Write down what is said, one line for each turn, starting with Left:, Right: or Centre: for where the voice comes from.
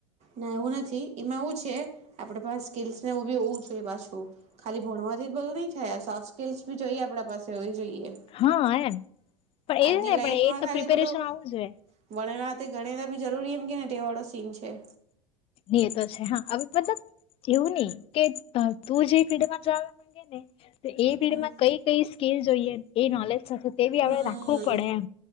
Right: ના એવું નથી. એમાં એવું છે આપણે પાસ સ્કિલસને એવું બી હોવું જોઈએ પાછું ખાલી ભણવાથી જ બધું નહી થાય સોફ્ટ સ્કીલસ બી જોઈએ આપણા પાસે હોવી જોઈએ.
Left: હા એમ પણ
Right: આજની
Left: એ ને
Right: લાઈફમાં
Left: પણ એ તો
Right: ખાલી
Left: પ્રિપેરેશન
Right: પેલું
Left: આવું જોઈએ
Right: વણેલા. તે ગણેલા બી જરૂરી એમ કે ને તે વાળો સીન છે.
Left: ની એ તો છે હા હવે મતલબ. એવું નઈ કે તું જે ફીડમાં જવા માંગેને. તે એ પીઢીમાં
Right: હમ
Left: કઈ કઈ સ્કીલ જોઈએ એ નોલેજ. તે બી
Right: હમ
Left: આપણે રાખવું પડે એમ.